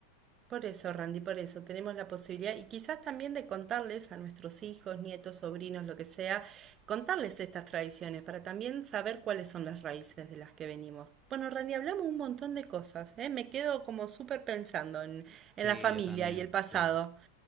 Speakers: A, on the right; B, in the centre.
A: Por eso, Randy, por eso tenemos la posibilidad y quizás también de contarles a nuestros hijos, nietos, sobrinos, lo que sea, contarles estas tradiciones para también saber cuáles son las raíces de las que venimos. Bueno, Randy, hablamos un montón de cosas, ¿eh? Me quedo como súper pensando en,
B: Sí,
A: en la familia
B: yo también,
A: y el pasado.
B: sí.